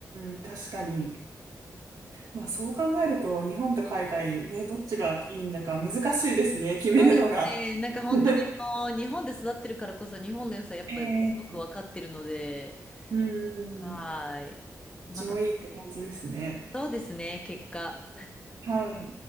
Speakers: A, on the right (about 85°); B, on the left (about 15°).
A: ーん、確かに。まあそう考えると、日本と海外ね、どっちがいいんだか難しいですね、決めるのが。
B: そうですね。なんか本当にあの、
A: <laughs>
B: 日本で育ってるからこそ日本の良さやっぱすごく分かってるので、
A: えー、うーん、
B: はい。
A: どっちもいいって感じですね。
B: また、そうですね、結果。
A: はい。